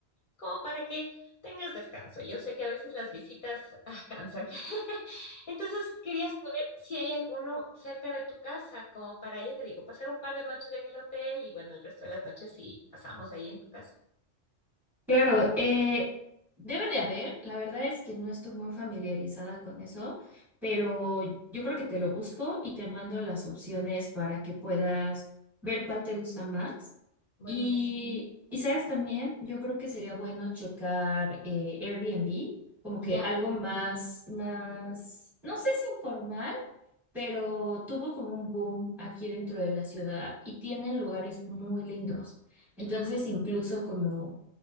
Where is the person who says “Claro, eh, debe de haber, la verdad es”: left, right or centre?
Centre